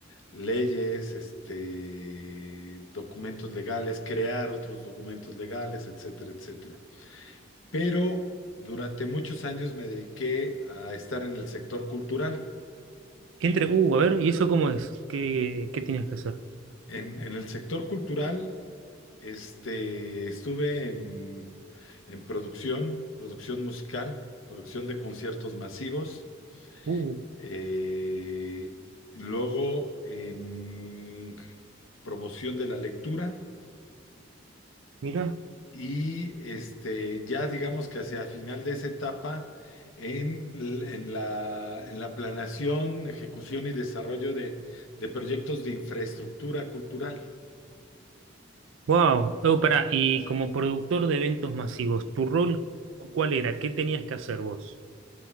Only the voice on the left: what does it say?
leyes, este, documentos legales, crear otros documentos legales, etcétera, etcétera. Pero durante muchos años me dediqué a estar en el sector cultural.
En, en el sector cultural, este, estuve en, en producción, producción musical, producción de conciertos masivos
Eh, luego en promoción de la lectura
y este, ya digamos que hacia final de esa etapa en, l- en la, en la planeación, ejecución y desarrollo de, de proyectos de infraestructura cultural.